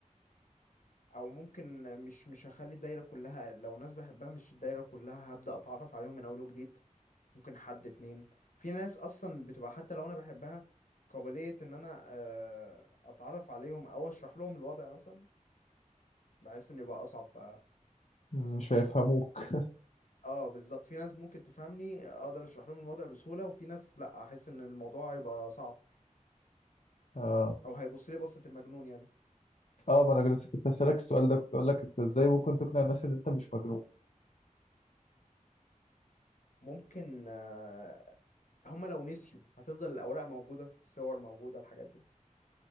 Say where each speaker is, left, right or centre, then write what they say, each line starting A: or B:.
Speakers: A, on the left (about 75°); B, on the left (about 60°).
A: او ممكن مش مش هخلي الدايره كلها لو الناس بحبها مش الدايره كلها هبدا اتعرف عليهم من اول وجديد ممكن حد اتنين في ناس اصلا بتبقى حتى لو انا بحبها قابليه ان انا آه، اتعرف عليهم او اشرح لهم الوضع مثلا بحس ان يبقى اصعب ف
B: مش هيفهموك
A: اه بالظبط في ناس ممكن تفهمني اقدر اشرح لهم الوضع بسهوله وفي ناس لا احس ان الموضوع هيبقى صعب
B: <laughs> اه
A: او هيبص لي بصه المجنون يعني
B: اه ما انا كنت كنت هسألك السؤال ده كنت اقول لك انت ازاي ممكن تقنع الناس ان انت مش مجنون
A: ممكن آه، هما لو نسيوا هتفضل الأوراق موجودة الصور موجودة الحاجات دي